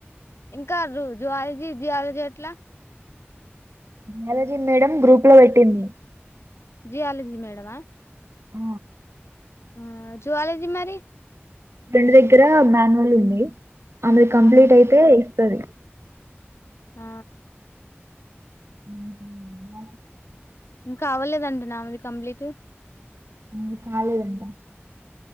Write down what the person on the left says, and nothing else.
ఇంకా జువాలజీ జియాలజీ ఎట్లా
జియాలజీ మేడమా
ఆ జువాలజీ మరి
ఆహా
ఆ
ఇంకా అవ్వలేదంట ఆమెది కంప్లీటు